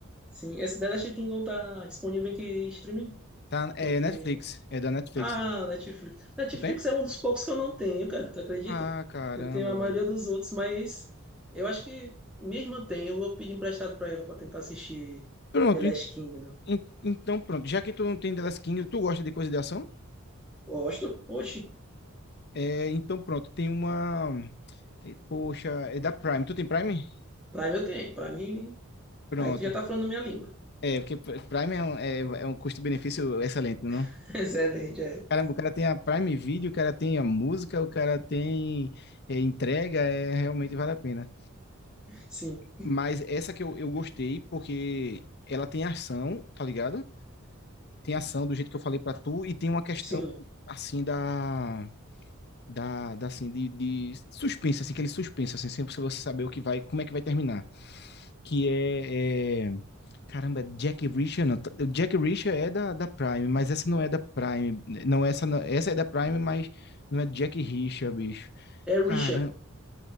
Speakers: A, in the centre; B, on the left.
A: Sim. Essa da Last Kingdom tá disponível em que streaming?
B: Tá, é
A: Porque.
B: Netflix. É da Netflix.
A: Ah,
B: né?
A: Netflix. Netflix
B: Tu tem?
A: é um dos poucos que eu não tenho, cara. Tu acredita?
B: Ah, caramba,
A: Eu tenho a maioria
B: velho.
A: dos outros, mas eu acho que minha irmã tem. Eu vou pedir emprestado pra ela pra tentar assistir
B: Pronto.
A: The Last
B: en-
A: Kingdom.
B: en- Então, pronto. Já que tu não tem The Last Kingdom, tu gosta de coisa de ação?
A: Gosto? Oxi.
B: É, então, pronto. Tem uma. eh, Poxa, é da Prime. Tu tem Prime?
A: Pra mim eu tenho. Pra mim.
B: Pronto.
A: Aí tu já tá falando minha língua.
B: É, porque Pr- Prime é, um- é, é um custo-benefício excelente, não?
A: <laughs> Excelente, é.
B: Caramba, o cara tem a Prime Video, o cara tem a música, o cara tem eh, entrega, é, realmente vale a pena.
A: <laughs> Sim.
B: Mas essa que eu, eu gostei, porque ela tem ação, tá ligado? Tem ação do jeito que eu falei pra tu, e tem uma questão,
A: Sim.
B: assim, da... Da, da assim, de, de suspense, assim, aquele suspense, assim, sem você saber o que vai, como é que vai terminar. Que é... é... Caramba, é Jack Reacher não. O Jack Reacher é da, da Prime, mas essa não é da Prime. Não, essa não- essa é da Prime, mas não é Jack Reacher, bicho.
A: É Richard.
B: Cara,